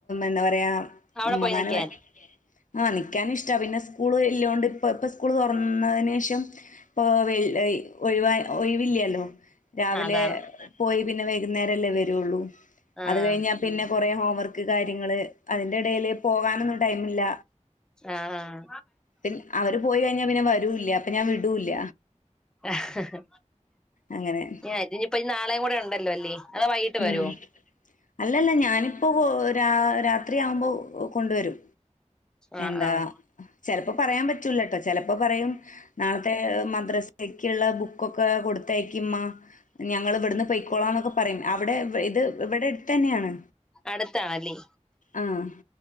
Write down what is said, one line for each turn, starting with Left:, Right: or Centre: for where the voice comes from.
Left: എന്താ പറയാ
Centre: അവിടെ
Left: ഉമ്മമാന
Centre: പോയി നിക്കാൻ
Left: ആഹ നിക്കാൻ ഇഷ്ടാ പിന്നെ സ്കൂള് ഇല്ലോണ്ട് ഇപ്പ ഇപ്പ സ്കൂള് തുറന്നതിന് ശേഷം ഇപ്പോ ഒഴി ഒഴിവില്ലല്ലോ രാവിലെ
Centre: അതാണ്
Left: പോയി പിന്നെ വൈകുന്നേരല്ലേ വരുള്ളൂ
Centre: ആഹ്
Left: അത് കയിഞ്ഞ. പിന്നെ കുറ ഹോംവർക്ക് കാര്യങ്ങള് അതിന്റെടയിൽ പോകാൻ ന്നും ടൈമില്ല
Centre: ആഹ്
Left: പി അവര് പോയി കഴിഞ്ഞാ പിന്നെ വരൂല്ല അപ്പൊ ഞാൻ വിടൂല്ല
Centre: ആഹാാാ
Left: അങ്ങനെ
Centre: ഞാ ഇതിനിപ്പ ഇ നാളെയും കൂടെ ഉണ്ടല്ലോ അല്ലേ അതോ വൈകിട്ട്
Left: ഉം
Centre: വരുവോ
Left: അല്ലല്ല ഞാനിപ്പോ രാ രാത്രിയാവുമ്പോ കൊണ്ടുവരും
Centre: ആഹ്
Left: എന്താ
Centre: ആഹ്
Left: ചെലപ്പോ പറയാൻ പറ്റൂലട്ടോ ചെലപ്പോ പറയും. നാളത്തെ മദ്രസക്ക്ള്ള ബുക്കൊക്കെ കൊടുത്തയക്കി മ്മാ ഞങ്ങള് ഇവട്ന്ന് പൊയ്ക്കോളാം ന്നൊക്കെ പറിം. അവടെ ഇത് ഇവടെ എട്ത്തന്നേണ്.
Centre: അടുത്താണല്ലേ
Left: ആഹ്